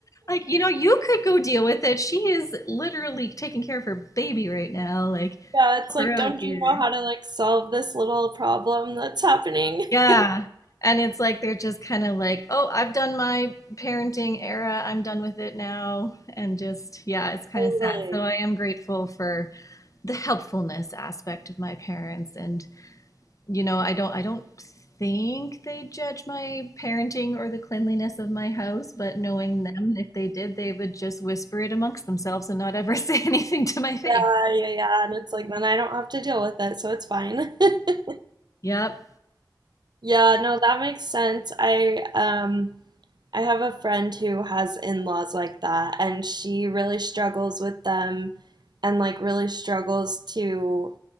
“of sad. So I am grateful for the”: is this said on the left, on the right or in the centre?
Left